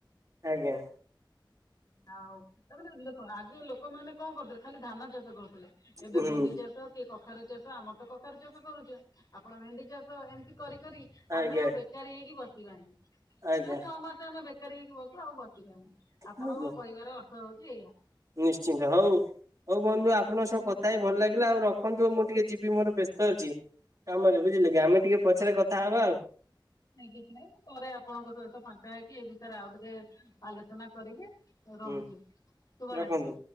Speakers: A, on the right (about 40°); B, on the left (about 50°).
A: ଆଜ୍ଞା।
B: <unintelligible> ଆଗରୁ ଲୋକମାନେ କଣ କରୁଥିଲେ ଖାଲି ଧାନ ଚାଷ କରୁଥିଲେ, ଏବେ
A: ହୁଁ
B: ଭେଣ୍ଡି ଚାଷ କି କଖାରୁ ଚାଷ ଆମର ତ କଖାରୁ ଚାଷ କରୁଛୁ, ଆପଣ ଭେଣ୍ଡି ଚାଷ, ଏମିତି କରି କରି
A: ଆଜ୍ଞା।
B: ଆମେ ଆଉ ବେକାରୀ ହେଇକି ବସିବାନି।
A: ଆଜ୍ଞା
B: ଯୋଉ ଛଅ ମାସ ଆମେ ବେକାରୀ ହେଇକି ବସୁ ଆଉ ବସିବାନି। ଆପଣଙ୍କ
A: ଆଜ୍ଞା
B: କହିବାର ଅର୍ଥ ହଉଛି ଏଇଆ।
A: ନିଶ୍ଚିନ୍ତ ହଉ, ହଉ ବନ୍ଧୁ ଆପଣଙ୍କ ସହ କଥା ହେଇ ଭଲ ଲାଗିଲା, ଆଉ ରଖନ୍ତୁ ମୁଁ ଟିକେ ଯିବି ମୋର ବ୍ୟସ୍ତ ଅଛି। କାମରେ ବୁଝିଲେ କି, ଆମେ ଟିକେ ପଛରେ କଥା ହବା ଆଉ।
B: ନାଇଁ କିଛି ନାଇଁ ମୁଁ ପରେରେ ଆପଣଙ୍କ ସହିତ ଫାଙ୍କା ହେଇକି ଏ ବିଷୟରେ ଆଉ ଟିକେ ଆଲୋଚନା କରିକି ରହୁଛି,
A: ହୁଁ
B: ଶୁଭରାତ୍ରି।
A: ରଖନ୍ତୁ।